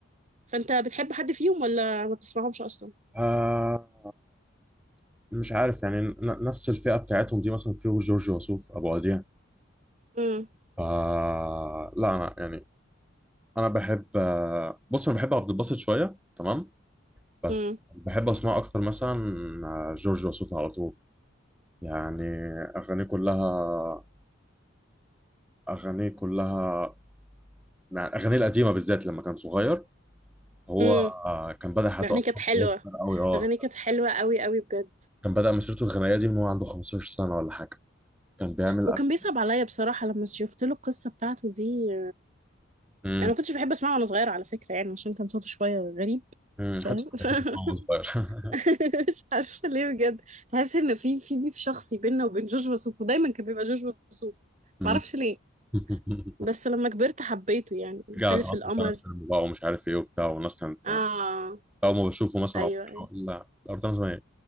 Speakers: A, on the right; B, in the centre.
A: فانت بتحب حد فيهم ولا ما بتسمعهمش اصلا
B: آه مش عارف يعني ن- نفس الفئة بتاعتهم دي مثلا فيه جورج وسوف أبو وديع
A: امم
B: آه لا أنا يعني أنا بحب آه، بص أنا بحب عبد الباسط شوية تمام بس
A: امم
B: بحب أسمع أكتر مثلا آه، جورج وسوف على طول يعني أغانيه كلها أغانيه كلها يعني أغانيه القديمة بالذات لما كان صغير هو
A: امم
B: آه كان بدأ حياته
A: الاغنيه
B: أصلا
A: كانت حلوه
B: من وهو صغير أوي أه
A: اغانيه كانت حلوه قوي قوي بجد
B: كان بدأ مسيرته الغنائية دي من وهو عنده 15 سنة ولا حاجة كان بيعمل
A: هو
B: أكل
A: كان بيصعب عليا بصراحه لما شفت له القصه بتاعته دي
B: امم
A: انا ما كنتش بحب اسمعه وانا صغيره على فكره يعني عشان كان صوته شويه غريب
B: امم
A: فاهم
B: حتى كان بيحب
A: <laughs>
B: يسمع وهو صغير <laughs>
A: <laughs> مش عارفه ليه بجد تحس ان في في بيف شخصي بيننا وبين جورج وسوف ودايما كان بيبقى جورج وسوف
B: أمم.
A: معرفش ليه
B: <laughs>
A: بس لما كبرت حبيته يعني
B: رجع
A: حلف
B: تقعد
A: القمر
B: تنس <laughs> سينما بقى ومش عارف ايه وبتاع والناس كانت
A: اه
B: أول ما بشوفه مثلا
A: ايوه
B: أو بتاع،
A: ايوه
B: لا الأرض أنا زمان